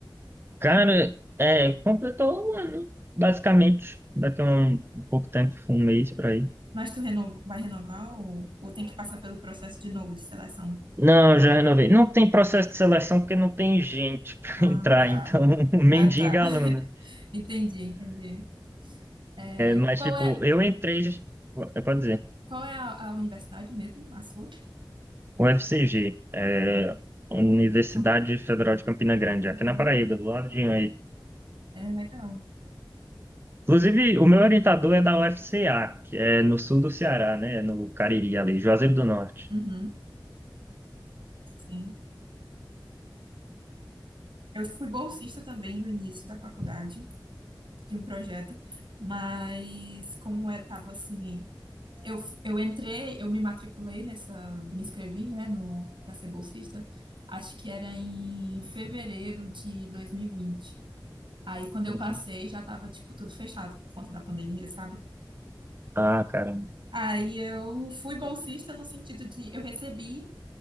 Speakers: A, on the right; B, on the right.
A: Cara, é, completou um ano, basicamente, daqui a um, um pouco tempo, um mês para aí.
B: Mas tu reno- vai renovar ou, ou tem que passar pelo processo de novo de seleção?
A: Não, já renovei. Não tem processo de seleção porque não tem gente <laughs> para
B: Ah,
A: entrar,
B: tá.
A: então <laughs> mendiga
B: Ah, tá. <laughs>
A: aluno.
B: Entendi, entendi. É,
A: Mas,
B: qual
A: tipo,
B: é,
A: eu entrei, eu posso dizer,
B: qual é a, a universidade mesmo? A sua?
A: UFCG, é,
B: Hum,
A: Universidade
B: Camp-
A: Federal de Campina Grande,
B: Campina
A: aqui na Paraíba,
B: Grande.
A: do ladinho
B: Campi-
A: aí.
B: É legal.
A: Inclusive, o meu orientador é da UFCA, que é no sul do Ceará, né? No Cariri, ali, Juazeiro do Norte.
B: Uhum, sim. Eu fui bolsista também no início da faculdade de um projeto, mas como eu tava assim, eu, eu entrei, eu me matriculei nessa, me inscrevi, né, no para ser bolsista. Acho que era em fevereiro de 2020. Aí quando eu
A: Uhum.
B: passei, já tava tipo tudo fechado por conta da pandemia, sabe?
A: Ah, caramba.
B: Aí eu fui bolsista no sentido de eu recebi